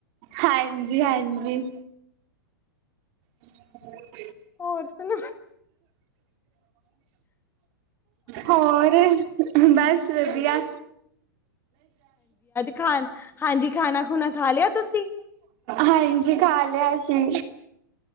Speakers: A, on the right (about 50°); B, on the left (about 20°).
A: ਹਾਂਜੀ ਹਾਂਜੀ <inaudible>
B: ਹੋਰ ਸੁਣਾ
A: ਹੋਰ ਬਸ ਵਧੀਆ
B: ਖਾਣਾ ਹਾਂਜੀ ਖਾਣਾ ਖੂਣਾ ਖਾ ਲਿਆ ਤੁਸੀਂ
A: ਹਾਂਜੀ ਖਾ ਲਿਆ ਸੀ